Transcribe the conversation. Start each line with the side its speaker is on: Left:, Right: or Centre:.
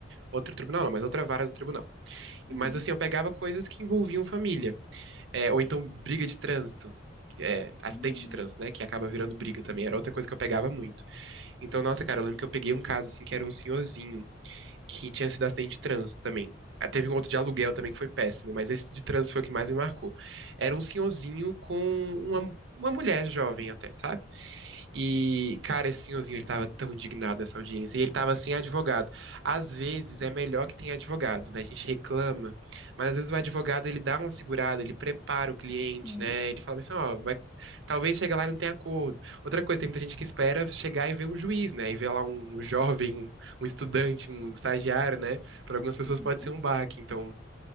Right: Outro tribunal, não, mas outra vara do tribunal.
Centre: uhum.
Right: Mas assim, eu pegava coisas que envolviam família. É, ou então briga de trânsito. É, acidente
Centre: Hum,
Right: de trânsito, né? Que acaba virando briga também. Era outra coisa que eu pegava muito. Então, nossa, cara, eu lembro que eu peguei um caso assim que era um senhorzinho que tinha sido acidente de trânsito também. Ah, Teve um outro de aluguel também que foi péssimo, mas esse de trânsito foi o que mais me marcou. Era um senhorzinho com uma, uma mulher jovem até, sabe? E, cara, esse senhorzinho, ele tava tão indignado nessa audiência. E ele tava sem advogado. Às vezes é melhor que tenha advogado, né? A gente reclama. Mas às vezes o advogado, ele dá uma segurada, ele prepara o cliente,
Centre: Sim.
Right: né? Ele fala assim, ó, vai... talvez chegue lá e não tenha acordo. Outra coisa, tem muita gente que espera chegar e ver um juiz, né? E ver lá um, um jovem, um, um estudante, um estagiário, né? Para algumas pessoas
Centre: Uhum,
Right: pode ser um baque, então...